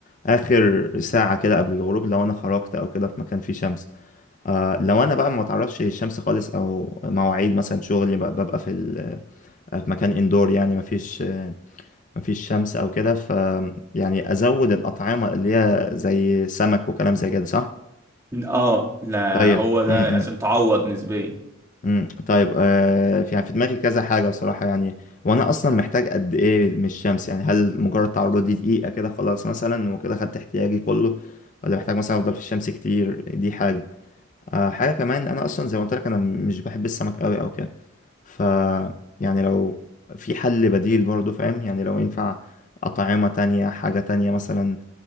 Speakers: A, on the left; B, on the right.
A: آخر ساعة كده قبل الغروب لو أنا خرجت أو كده في مكان فيه شمس آه لو أنا بقى ما بتعرضش للشمس خالص أو مواعيد مثلا شغلي بقى- ببقى في آه، في مكان اندور يعني مفيش آه، مفيش شمس او كده ف يعني ازود الاطعمه اللي هي زي سمك وكلام زي كده صح
B: اه لا
A: طيب
B: هو ده
A: م -م.
B: عشان تعوض نسبيا
A: م. طيب آه في يعني في دماغي كذا حاجه بصراحه يعني وانا اصلا محتاج قد ايه من الشمس يعني هل مجرد تعرضي دقيقه كده خلاص مثلا وكده خدت احتياجي كله ولا محتاج مثلا افضل في الشمس كتير دي حاجه آه حاجه كمان انا اصلا زي ما قلت لك انا مش بحب السمك قوي او كده ف يعني لو في حل بديل برضه فاهم يعني لو ينفع أطعمة تانية حاجة تانية مثلا